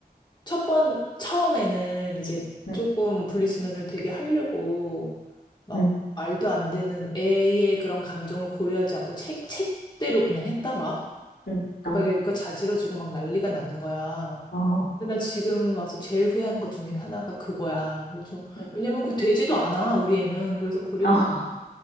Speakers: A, on the left; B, on the left.
A: 첫 번, 처음에는 이제
B: 응,
A: 조금 분리수면을 되게 하려고 막
B: 응,
A: 말도 안 되는 애의 그런 감정을 고려하지 않고 책, 책대로 그냥 했다 막.
B: 응.
A: 그러니까
B: 어,
A: 자지러지고 막 난리가 나는 거야.
B: 어.
A: 근데 나 지금 와서 제일 후회하는 것 중에 하나가 그거야. 그래서,
B: 네.
A: 왜냐면 그 되지도 않아, 우리 애는. 그래서, 그리고
B: 아,